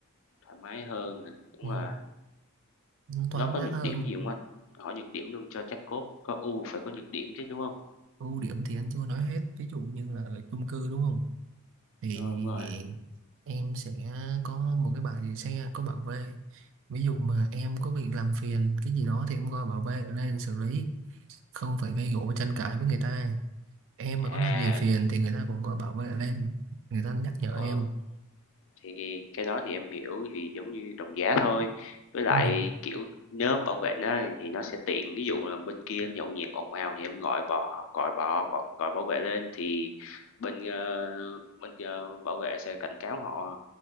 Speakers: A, on the left; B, on the right.
A: thoải mái hơn à, đúng
B: ừ.
A: rồi.
B: thoáng
A: Nó có
B: mát
A: nhược
B: hơn
A: điểm gì không anh? Hỏi nhược điểm luôn cho chắc cốt, có ưu phải có nhược điểm chứ, đúng không
B: ưu điểm thì anh chưa nói hết ví dụ như là ở chung cư đúng không thì
A: Ờ, đúng rồi,
B: em sẽ có một cái bãi để xe có bảo vệ ví dụ mà em có bị làm phiền cái gì đó thì em gọi bảo vệ lên xử lý không phải gây gổ tranh cãi với người ta em mà có
A: à,
B: làm gì phiền thì người ta cũng gọi bảo vệ lên người ta nhắc nhở
A: ờ,
B: em
A: thì cái đó thì em hiểu, thì giống như đồng giá thôi. Với lại,
B: ừ.
A: kiểu, nếu bảo vệ nó thì nó sẽ tiện, ví dụ là bên kia nhậu nhẹt ồn ào thì em gọi bò gọi bò bọ gọi bảo vệ lên thì bên, ơ, bên kia bảo vệ sẽ cảnh cáo họ.